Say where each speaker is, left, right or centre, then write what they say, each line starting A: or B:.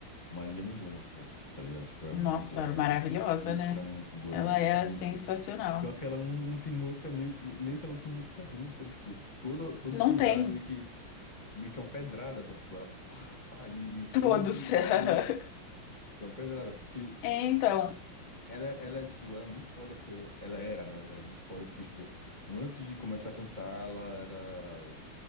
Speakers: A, on the left; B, on the left.
A: Marília Mendonça, sa- tá ligado? Tipo, é
B: Nossa,
A: muito legal
B: maravilhosa,
A: de ouvir. Puta,
B: né?
A: era muito boa
B: Ela
A: de ouvir,
B: era
A: muito.
B: sensacional.
A: Pior que ela não, não tem música, meio, meio que ela não tem música ruim, sabe? Tipo, toda, todo
B: Não
A: o som
B: tem
A: dela é meio que, meio que é uma pedrada, sabe? Tipo, ela pá, pá, e, e você
B: todos.
A: ouve
B: <laughs>
A: e é isso. Tipo, É uma pedrada, porque
B: É, Então,
A: ela, ela é, tipo, ela é muito foda, porque ela era, na verdade, muito foda, porque, tipo, antes de começar a cantar, ela era